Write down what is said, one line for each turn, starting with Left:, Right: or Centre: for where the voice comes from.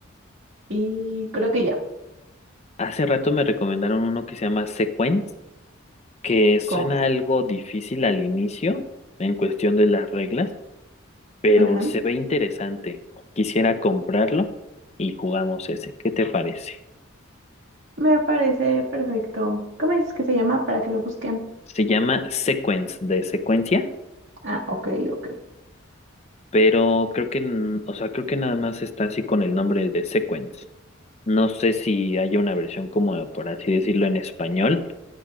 Right: y creo que ya.
Left: Hace rato me recomendaron uno que se llama Sequence, que suena
Right: Go.
Left: algo difícil al inicio en cuestión de las reglas, pero
Right: Ujú.
Left: se ve interesante. Quisiera comprarlo y jugamos ese. ¿Qué te parece?
Right: Me parece perfecto. ¿Cómo es que se llama para que lo busquen?
Left: Se llama Sequence de secuencia,
Right: Ah, ok, ok.
Left: pero creo que, n- o sea, creo que nada más está así con el nombre de Sequence. No sé si hay una versión como, por así decirlo, en español